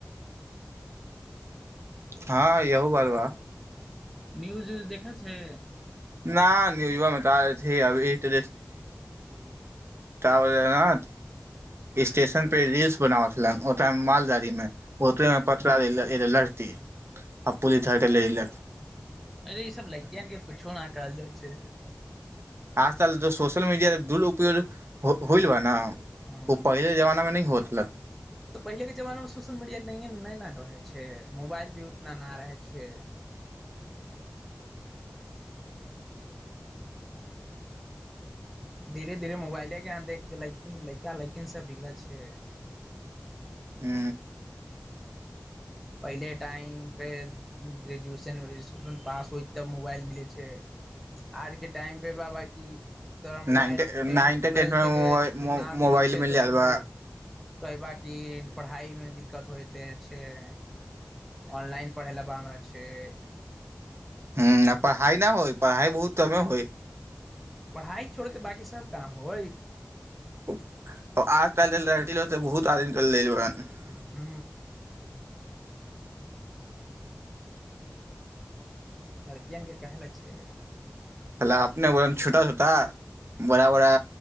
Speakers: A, on the right; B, in the centre.
A: हँ यहु बालबा
B: न्युज उज देखै छै
A: ना न्यूजवा मे का अथि अभी का बोल रहा है ना स्टेशन पर रिल्स बनाब छलाह ओ भी मालगाड़ी मे ओतबेमे पतरा
B: ह
A: दैलइ लड़ती आ पुलिस धरक लेलिह
B: अर ई सब लइकियन के किछो न कायल जाइ छैय
A: आज ताल जे सोशल मीडिया के दुलउपयोग होइल बा न
B: ह
A: ओ पहिले जमाना मे नहि होत लक
B: तऽ पहिलेके जमानामे सोशल मीडिया नहि नहि ने रहै छैय मोबाइल भी उतना ना रहै छे धीरे धीरे मोबाइले के आ देख के लैकिन लैका लैकिन सब बिगड़ल छैय
A: हु
B: पहिले टाइमपे ग्रेजुएशन व्रेजुएशन पास होय तब मोबाइल मिलै छैय आरके टाइमप बाबााकी तोरा मोबाल
A: नाइनटे नाइनटे
B: टेन्थ तुएलथ
A: टेन मे मो
B: न
A: मोबाइल
B: मिलै छैय
A: मिल
B: तऽ
A: जात
B: तू
A: बा
B: कहय बा कि पढ़ाइमे दिक्कत होइत छैय ऑनलाइन पढ़य ल बा हमरा छैय
A: हु आ पढ़ाइ नहि होइ पढ़ाइ बहुत कमे होइ
B: पढ़ाइ छोड़ि कऽ बाँकी सभ काम होबई
A: <unintelligible>
B: हु लड़कियन के काहेला छै
A: <unintelligible> छोटा छोता बड़ा बड़ा